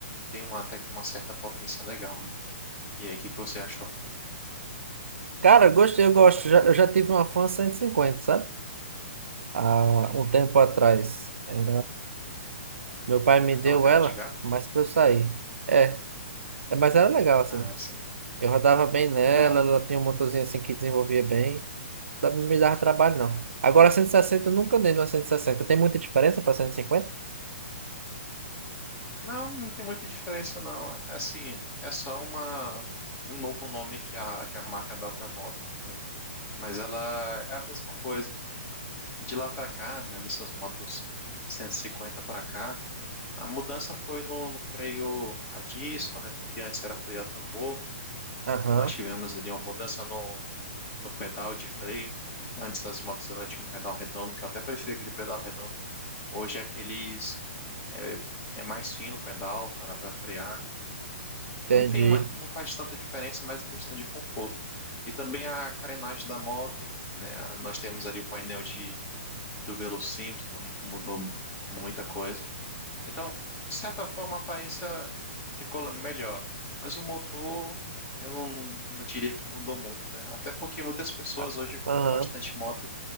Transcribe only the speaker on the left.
tem uma, até que uma certa potência legal, né? E aí, o que que você achou?
Hum,
aquela
cara
de gato?
Ah, sim.
É,
Não, não tem muita diferença, não. É Assim, é só uma, um novo nome que a, que a marca dá pra moto, né? Mas ela é a mesma coisa. de lá para cá, né, dessas motos 150 para cá, a mudança foi no, no freio a disco, né, porque antes era freio a tambor.
Nós tivemos ali uma mudança no, no pedal de freio. né. Antes as motos elas tinham um pedal redondo, que eu até prefiro aquele pedal redondo. Hoje é aqueles é, é mais fino o pedal para para frear.
Não tem uma, não faz tanta diferença, mas é questão de conforto. E também a carenagem da moto, né? Nós temos ali o painel de do Velocímetro também, que mudou muita coisa. Então, de certa forma, a aparência ficou melhor, né? mas o motor eu não, não diria que mudou muito, né? Até porque muitas pessoas
hoje compram
bastante moto